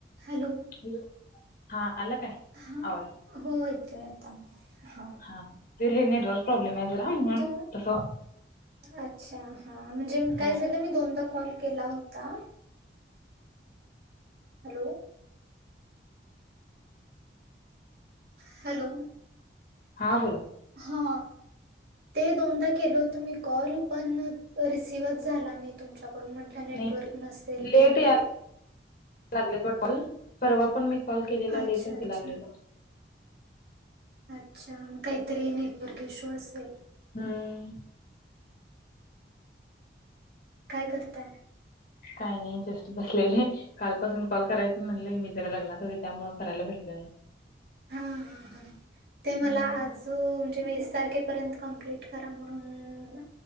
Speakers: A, on the right (about 60°); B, on the left (about 45°).
A: Hello
B: hello हा आला काय
A: हा
B: आवाज
A: हो येतोय आता हा
B: हा फिरे नट वक प्रॉ्लेम आहे जरा
A: तू
B: तसं होत.
A: अच्छा हा म्हणजे काय
B: हा
A: झालं मी दोनदा कॉल केला होता हॅलो हॅलो
B: हा बोला
A: हा ते दोनदा केल होतं मी कॉल पण रिसीव्हच झाला नाही तुमच्याकडून म्हण नेटवर्क
B: नाही
A: नसेेल
B: लेट
A: मे
B: यायला
A: बी
B: लागले कॉल परवा पण मी कॉल केलेला
A: अच्छा
B: लेटच
A: अच्छा
B: लागलेला
A: अच्छा काहीतरी नेटवर्कशो असेल
B: हम्म
A: काय करताय
B: काय नाही जास्त बसलेले कालपासून कॉल करायचं म्हणलंय मी जरा लग्नात होते त्यामु करायला भेटले ना
A: हा हा हा ते मला
B: हम्म
A: आज त म्हणजे वीस तारखेपर्यंत कप्ट करा म्हणून